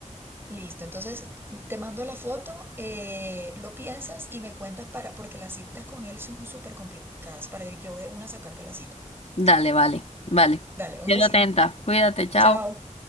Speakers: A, on the right; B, on the left.
A: Listo, entonces te mando la foto, eh, lo piensas y me cuentas para, porque las citas con él son súper complicadas para yo de una sacarte la cita.
B: Dale, vale, vale.
A: Dale, un
B: Quedo
A: besito.
B: atenta, cuídate, chao.
A: Chao.